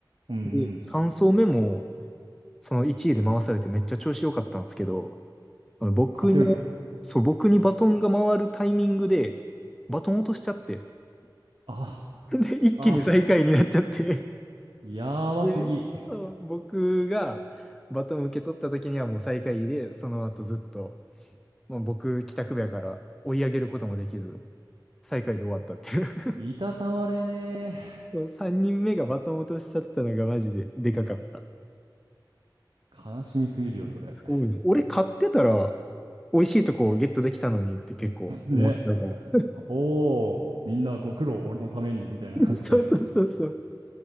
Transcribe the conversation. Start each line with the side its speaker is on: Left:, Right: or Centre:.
Right: うんうん。
Centre: で、3走目も、その1位で回されてめっちゃ調子良かったんですけど、あの僕に、
Right: 勝てるぞ。
Centre: そう、僕にバトンが回るタイミングで、バトン落としちゃって、
Right: あ、
Centre: <laughs> で、一気に最下位になっちゃって、
Right: あ、やばすぎ。
Centre: で、そう、僕がバトン受け取った時にはもう最下位で、その後ずっと、まあ、僕、帰宅部やから追い上げることもできず、最下位で終わったっていう。<laughs>
Right: いたたまれねえ。
Centre: そう3人目がバトン落としちゃったのがマジででかかった。
Right: 悲しみすぎるよ、それ。
Centre: そうです俺買ってたら、美味しいとこをゲットできたのにって結構思っちゃうかも。
Right: <laughs> ね。おー。みんなご苦労、俺のために、みたいな感じで。
Centre: <laughs> そうそうそうそう。